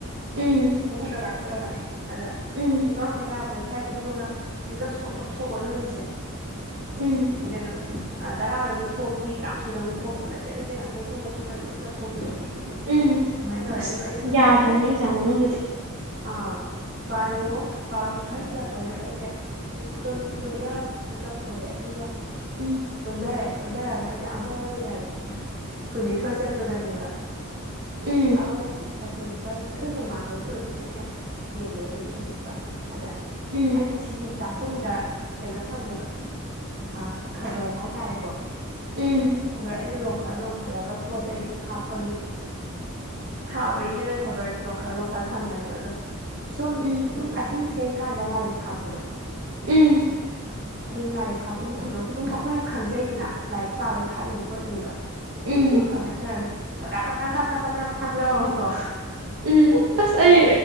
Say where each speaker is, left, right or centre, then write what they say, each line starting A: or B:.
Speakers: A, on the right; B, on the right.
A: ꯎꯝ
B: ꯐꯃꯨꯡꯗ ꯀꯥ ꯈꯠꯂꯒ ꯑꯗ
A: ꯎꯝ
B: ꯅꯤꯄꯥꯟ ꯃꯈꯥꯏ ꯇꯥꯔꯛ ꯄ ꯁꯥꯏꯗ ꯇꯨꯝꯃꯒ ꯃꯤꯀꯞꯁꯨ ꯄꯧꯊꯣꯛ ꯊꯣꯛꯄ ꯑꯗꯨ ꯅꯨꯃꯤꯠꯁꯦ
A: ꯎꯝ
B: ꯀꯩꯅꯣ ꯑꯗ ꯇꯔꯥꯗ ꯑꯃꯨꯛ ꯊꯣꯛꯄꯤ ꯇꯔꯥꯃꯥꯊꯣꯏꯗ ꯑꯃꯨꯛ ꯊꯣꯛꯄꯤ ꯃꯇꯦꯛ ꯃꯆꯦꯠ ꯉꯥꯏꯍꯥꯛꯇꯪ ꯇꯨꯝꯕ ꯇꯨꯝꯃ ꯃꯤꯀꯞ ꯊꯣꯛꯄꯤꯗꯣ
A: ꯎꯝ
B: ꯑꯗꯨꯃꯥꯏꯅ ꯇꯧꯔꯦ
A: ꯑꯁ
B: ꯑꯗꯨꯒ ꯑꯩꯁꯦ
A: ꯌꯥꯗꯕꯅꯤ
B: ꯄꯨꯡ
A: ꯑꯦꯛꯖꯥꯝ ꯃꯅꯨꯡꯗꯗꯤ
B: ꯑꯥ ꯕꯥꯔꯣ ꯕꯥꯔꯣ ꯈꯔ ꯍꯜꯂꯛꯄꯩꯗꯨꯗ ꯑꯩꯖꯦ ꯇꯪꯝ ꯇꯨꯝꯗ ꯃꯤꯀꯞ ꯊꯣꯛꯂꯛꯑꯦ ꯑꯗꯨꯒ
A: ꯎꯝ
B: ꯇꯨꯝꯗꯔꯦ ꯇꯨꯝꯗꯔꯒ ꯑꯩꯖꯦ ꯑꯃꯒ ꯃꯤꯅꯠ ꯀꯨꯟꯅꯤꯊꯣꯏ ꯆꯠꯄꯗꯅꯦꯕ
A: ꯎꯝ
B: ꯑꯃꯒ ꯃꯤꯅꯠ <unintelligible> ꯀꯨꯟꯅꯤꯊꯣꯏ ꯑꯗꯨꯒꯤ ꯃꯃꯥꯡꯗꯕꯨꯗꯤ ꯑꯣꯏꯗꯣꯏꯅ ꯑꯩꯅ ꯌꯦꯡꯕꯒ ꯀꯨꯟꯅꯤꯊꯣꯏ ꯆꯠꯄ ꯑꯗ
A: ꯎꯝ
B: ꯑꯩꯒꯤ ꯁꯤꯒꯤ ꯆꯥꯛꯈꯨꯝꯗ ꯀꯩꯅꯣ ꯊꯝꯃꯦꯕ ꯑꯥ ꯈꯕꯔ ꯍꯥꯏ ꯇꯥꯔꯦꯀꯣ
A: ꯎꯝ
B: ꯈꯕꯔ ꯑꯩꯅ ꯂꯣ ꯂꯣꯡꯈꯠ ꯂꯣꯡꯈꯠꯂꯒ ꯄꯣꯠ ꯆꯩꯩ ꯍꯥꯞꯄꯒꯤ ꯊꯥꯕꯩꯅꯦꯅ ꯈꯕꯔ ꯂꯣꯡꯈꯠ ꯂꯣꯡꯈꯠꯂ ꯊꯝꯕꯅꯦꯕ ꯑꯗꯣ ꯁꯨꯝ
A: ꯎꯝ
B: ꯁꯨꯝ ꯑꯍꯤꯡ ꯊꯦꯡꯀꯥꯟꯗ ꯂꯥꯏꯔꯤꯛ ꯐꯥꯛꯄꯗꯣ
A: ꯎꯝ
B: ꯑꯗꯨꯒꯤ ꯂꯥꯏꯔꯤꯛ ꯐꯥꯛꯄ ꯃꯈꯣꯟꯗꯣ ꯑꯗꯨꯝ ꯑꯩꯈꯣꯏꯅ ꯈꯪꯖꯩꯗꯅ ꯂꯥꯏꯔꯤꯛ ꯄꯥꯕꯩ ꯐꯥꯛꯏꯅꯤ ꯈꯣꯠꯂꯤꯅꯦꯗꯣ
A: ꯎꯝ
B: ꯑ ꯍꯥꯏ ꯇꯧꯔ ꯀꯇ꯭ꯔꯥꯛ ꯀꯗ꯭ꯔꯥꯛ ꯗ꯭ꯔꯥꯛꯀ ꯀꯇ꯭ꯔꯥꯛ ꯐꯥꯛꯂꯛꯑꯕ ꯀꯣ
A: ꯎꯝ ꯑꯁ ꯑꯩ